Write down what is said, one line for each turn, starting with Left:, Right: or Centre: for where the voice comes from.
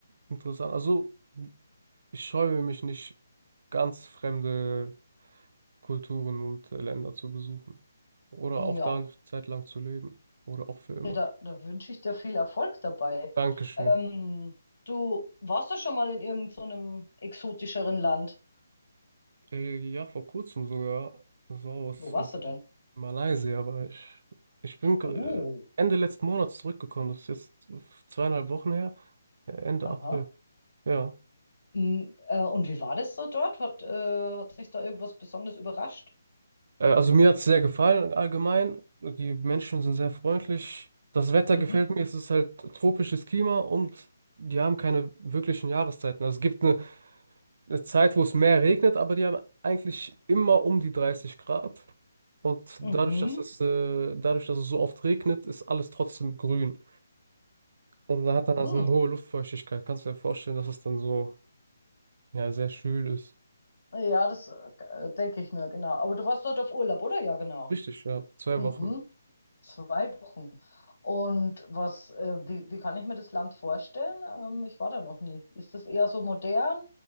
Right: interessant. Also, ich scheue mich nicht, ganz fremde Kulturen und äh, Länder zu besuchen. Oder auch
Left: Ja,
Right: da eine Zeit lang zu leben. Oder auch für immer.
Left: ja, da, da wünsche ich dir viel Erfolg dabei.
Right: Dankeschön.
Left: Ähm, du warst doch schon mal in irgendeinem so einem exotischeren Land.
Right: Äh, ja, vor kurzem sogar. So was.
Left: Wo warst
Right: also,
Left: du denn?
Right: Malaysia war ich. Ich bin gr-
Left: Oh,
Right: äh, Ende letzten Monats zurückgekommen. Das ist jetzt zweieinhalb Wochen her. Äh, Ende
Left: aha.
Right: April. Ja.
Left: Mm, äh, und wie war das so dort? Hat, äh, hat sich da irgendwas Besonderes überrascht?
Right: Äh, also mir hat es sehr gefallen allgemein. Die Menschen sind sehr freundlich. Das Wetter
Left: Mhm.
Right: gefällt mir. Es ist halt tropisches Klima und die haben keine wirklichen Jahreszeiten. Also es gibt eine, eine Zeit, wo es mehr regnet, aber die haben eigentlich immer um die 30 Grad. Und
Left: Mhm.
Right: dadurch, dass es, äh, dadurch, dass es so oft regnet, ist alles trotzdem grün. Und da
Left: Mhm.
Right: hat dann also eine hohe Luftfeuchtigkeit. Kannst du dir vorstellen, dass es dann so, ja, sehr schwül ist.
Left: Ja, das äh, denke ich mir, genau. Aber du warst dort auf Urlaub, oder? Ja, genau.
Right: Richtig, ja, für zwei
Left: Mhm.
Right: Wochen.
Left: Zwei Wochen. Und was, äh, wie, wie kann ich mir das Land vorstellen? Ähm, ich war da noch nie. Ist das eher so modern?